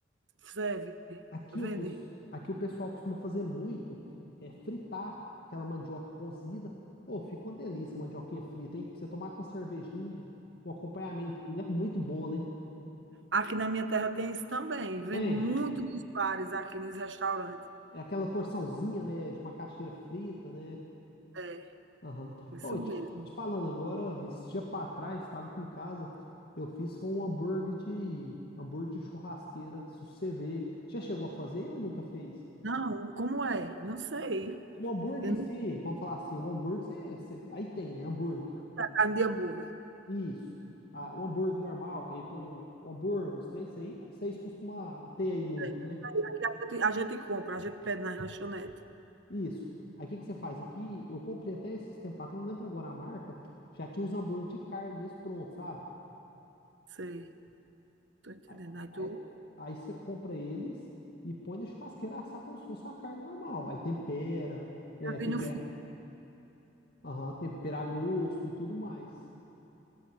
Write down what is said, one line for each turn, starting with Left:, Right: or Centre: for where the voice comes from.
Right: Serve,
Left: Aqui
Right: vende.
Left: o, pesso- aqui o pessoal costuma fazer muito é fritar aquela mandioca cozida. Ô, fica uma delícia a mandioquinha frita, hein? Pra você tomar com uma cervejinha, um acompanhamento é muito bom, né?
Right: Aqui na minha terra tem isso também. Vende
Left: Tem
Right: muito nos bares, aqui nos restaurantes.
Left: é aquela porçãozinha, né, de macaxeira frita, né?
Right: É,
Left: Aham.
Right: isso
Left: Ô,
Right: mesmo.
Left: te, te falando agora, esse dia pra trás, estava aqui em casa, eu fiz foi um hambúrguer de hambúrguer de churrasqueira, se você ver. Já chegou a fazer ou nunca fez?
Right: Não, como é? Não sei.
Left: O hambúrguer
Right: Eu
Left: em
Right: não
Left: si,
Right: sei
Left: vamos falar assim, o hambúrguer, você, você- aí tem, né? Hambúrguer.
Right: carne de hambúrguer.
Left: Isso. Ah, o hambúrguer normal, que aí põe o, o hambúrguer, os três, isso aí, vocês costumam ter aí muito,
Right: É,
Left: né?
Right: aqui a gente, a gente compra, a gente pede nas lanchonetes.
Left: Isso. Aí o que, que você faz aqui? Eu comprei até esses tempos atrás, não lembro agora a marca, já tinha uns hambúrguer de carne mesmo pronto, sabe?
Right: Sei, tô entendendo.
Left: Aí,
Right: Aí tu
Left: aí, aí você compra eles e põe na churrasqueira assar como se fosse uma carne normal. Aí tempera, é,
Right: já
Left: tempera,
Right: vi no fim.
Left: aham, tempera a gosto e tudo mais.